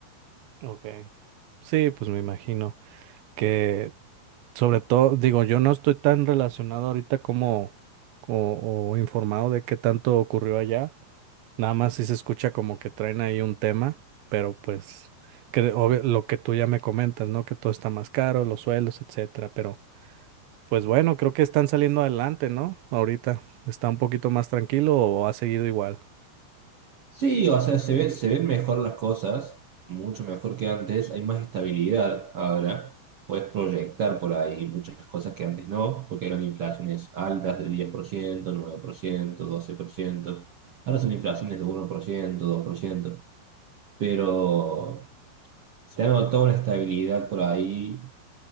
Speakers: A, on the right; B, on the right.
A: Ok. Sí, pues me imagino que Sobre todo, digo, yo no estoy tan relacionado ahorita como o, o informado de qué tanto ocurrió allá. Nada más si se escucha como que traen ahí un tema, pero pues que obvio- lo que tú ya me comentas, ¿no? Que todo está más caro, los suelos, etcétera. Pero pues bueno, creo que están saliendo adelante, ¿no? Ahorita está un poquito más tranquilo o ha seguido igual.
B: Sí, o sea, se ve- se ven mejor las cosas, mucho mejor que antes, hay más estabilidad ahora, puedes proyectar por ahí muchas cosas que antes no, porque eran inflaciones altas de diez por por ciento ciento nueve por ciento, doce por ciento ahora son inflaciones de uno por ciento dos por ciento pero se ha notado una estabilidad por ahí